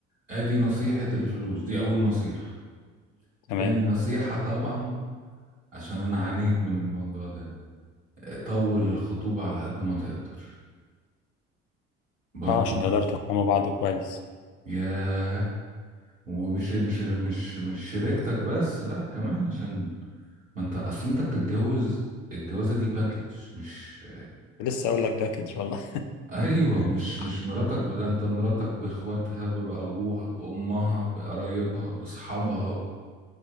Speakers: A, on the right; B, on the left.
A: ادي نصيحة الفلوس دي اول نصيحة
B: تمام
A: تاني نصيحة طبعا عشان انا عانيت من الموضوع ده طول الخطوبة على قد ما تقدر برضو
B: اه عشان تقدروا تفهموا بعض كويس
A: ياه ومش مش مش مش شريكتك بس لا كمان عشان ما انت اصل انت بتتجوز الجوازة دي باكج مش
B: لسه اقول لك ده كده ان شاء الله
A: <laughs> ايوه مش
B: <laughs>
A: مش مراتك ب- ده انت مراتك باخواتها بابوها بامها بقرايبها باصحابها